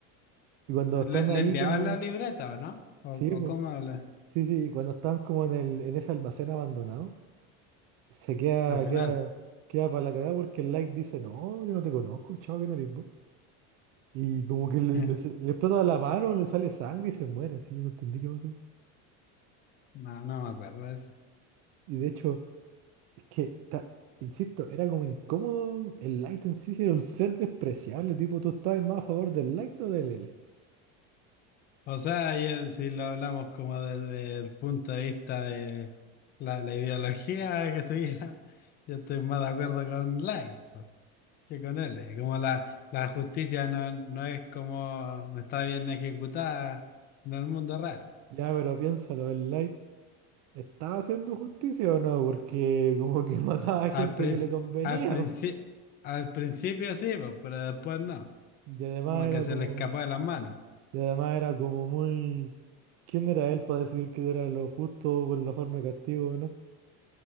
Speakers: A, on the right; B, on the left.
A: Y cuando están
B: ¿Le,
A: ahí
B: le enviaban
A: como...
B: la libreta o no? ¿O,
A: Sí, pues.
B: o cómo le-
A: Sí, sí, y cuando están como en el, en ese almacén abandonado, se queda,
B: al final?
A: queda, queda para la cagada porque el like dice, no, yo no te conozco, chavo, que no eres vos. Y como que le,
B: <laughs>
A: le- le explota la mano, le sale sangre y se muere, así, yo no entendí qué pasó ahí.
B: No, no me acuerdo de eso.
A: Y de hecho... Es que, ta- insisto, era como incómodo. El light en sí sí era un ser despreciable. Tipo, tú estabas más a favor del light o del L.
B: O sea, y, eh, si lo hablamos como desde el punto de vista de la, la ideología que seguía, <laughs> yo estoy más de acuerdo con Light pues, que con él. eh. Como la, la justicia no, no es como, no está bien ejecutada en el mundo real.
A: Ya, pero piénsalo, el light estaba haciendo justicia o no, porque como que <laughs> mataba a
B: Al,
A: gente
B: princi-
A: que le convenía.
B: al, princi- al principio sí, pues, pero después no.
A: Y además
B: Como
A: era
B: que se
A: como.
B: le escapó de las manos.
A: Y además era como muy. ¿Quién era él para decidir qué era lo justo con la forma de castigo o no?